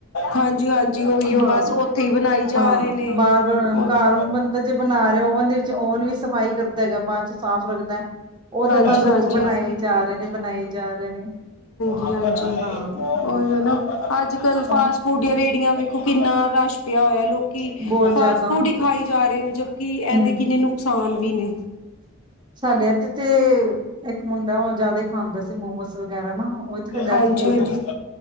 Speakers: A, on the left (about 80°); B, on the right (about 20°).
A: ਹਾਂਜੀ ਹਾਂਜੀ ਉਹੀਓ
B: ਹਾਂ
A: ਬਸ ਉੱਥੇ ਹੀ ਬਣਾਈ ਜਾ
B: ਹਾਂ,
A: ਰਹੇ ਨੇ
B: ਵਾਰ ਵਾਰ
A: ਹਾਂਜੀ
B: ਘਰ ਹੁਣ ਬੰਦਾ ਜੇ ਬਣਾ ਰਹਾ ਓਵਨ ਦੇ ਵਿੱਚ ਓਵਨ ਵੀ ਸਫ਼ਾਈ ਕਰਦਾ ਹੈਗਾ ਬਾਅਦ ਚ ਸਾਫ਼ ਰੱਖਦਾ। ਉਹ
A: ਹਾਂਜੀ
B: ਤੇ ਬਸ ਉਹਦੇ
A: ਹਾਂਜੀ
B: ਚ ਬਣਾਈ ਜਾ ਰਹੇ ਨੇ ਬਣਾਈ ਜਾ ਰਹੇ ਨੇ।
A: ਹਾਂਜੀ ਹਾਂਜੀ,
B: ਹਾਂ।
A: ਉਹ ਨਾ ਅੱਜ ਕੱਲ
B: ਹਾਂ
A: ਫਾਸਟ ਫੂਡ ਜਾਂ ਰੇੜੀਆਂ ਵੀ। ਕਿੰਨਾ ਰਸ਼ ਪਿਆ ਹੋਇਆ ਲੋਕ
B: ਬਹੁਤ
A: ਫਾਸਟ
B: ਜ਼ਿਆਦਾ
A: ਫੂਡ ਹੀ ਖਾਈ ਜਾ ਰਹੇ ਨੇ ਜਦਕਿ ਇਹਦੇ
B: ਹੂੰ
A: ਕਿੰਨੇ ਨੁ, ਕਸਾਨ ਵੀ ਨੇ।
B: ਸਾਡੇ ਇੱਥੇ ਤੇ ਇੱਕ ਮੁੰਡਾ ਉਹ ਜਿਆਦਾ ਹੀ ਖਾਂਦਾ ਸੀ ਮੋਮੋਸ ਵਗੈਰਾ ਨਾ। ਉਹ ਤੇ ਫਿਰ ਡੈਥ
A: ਹਾਂਜੀ
B: ਵੀ ਹੋ
A: ਹਾਂਜੀ
B: ਗਈ ਸੀ